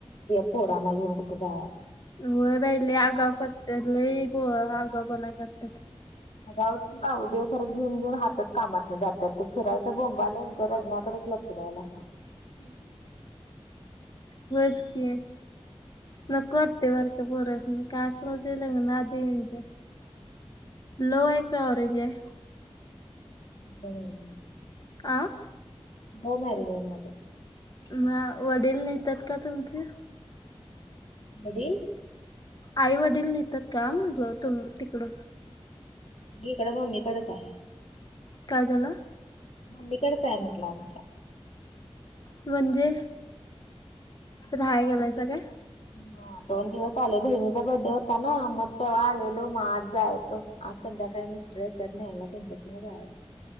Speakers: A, on the left (about 85°); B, on the left (about 40°).
A: पोरना कुठे घेवुन जायला
B: होय बाई लई आगा करत लई आगा पणा करतात.
A: गाच ना उदे खरं घेऊन घेऊन हातच कामातलं जातात ते फिरायचं बोंबालान रडण्याकडेच फिरायला
B: बस कि नको वाटतय बारक्या पोरासनि काय असेल ते लग्नातली आधी एन्जॉय लव आहे का ऑरेंज आहे?
A: लव
B: आं
A: लव्ह मॅरेज आहे माझा
B: ह वडील नेतात का तुमचे?
A: वडील.
B: आई वडील नेतात का म्हतलं तुम तिकड.
A: मी इकड मम्मी कडेच आहे.
B: काय झाला?
A: मम्मी कडेच आहे म्हटलं आमच्या.
B: म्हणजे राहाया गेलायसा
A: म्हणजे
B: का.
A: हा दोन दिवस आले बहिणीचा बड्डे होता ना म तेव्हा आलेलो मग आज जायचो. आज संध्याकाळी मिस्टर येत्यात न्यायला त्यांच्याकडन जायाच.